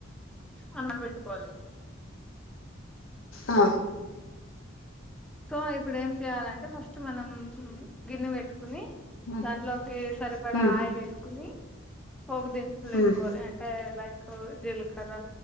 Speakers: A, in the centre; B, on the left.
A: అన్నం బెట్టుకోవాలి
B: ఆ
A: సో ఇప్పుడు ఏం చేయాలంటే ఫస్ట్ మనం గిన్నె బెట్టుకుని
B: ఉమ్
A: దాంట్లోకి సరిపడా
B: ఉమ్
A: ఆయిల్ ఏసుకుని పోపు దినుసులు ఏసుకోవాలి
B: ఉమ్
A: అంటే లైక్ జీలకర్ర,